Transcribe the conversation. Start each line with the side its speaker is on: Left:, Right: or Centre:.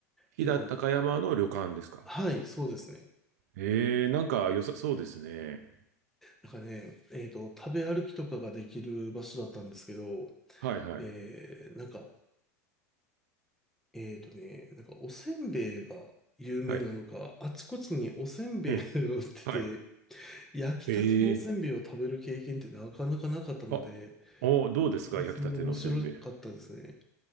Right: 飛騨高山の旅館ですか。
Centre: 結構ね、はい、そうですね。
Right: えー、なんか良さそうですね。
Centre: なんかね、えっと、食べ歩きとかができる場所だったんですけど、
Right: はいはい。
Centre: えー、なんか、えっとね、なんかおせんべいが有名なのか、
Right: はい。
Centre: あちこちにおせんべいが売ってて、
Right: うん。はい。
Centre: 焼きたてのおせんべいを食べる経験ってなかなかなかったので、
Right: えー、あ、お、どうですか、
Centre: 新鮮で面白かったですね。
Right: 焼きたてのせんべい。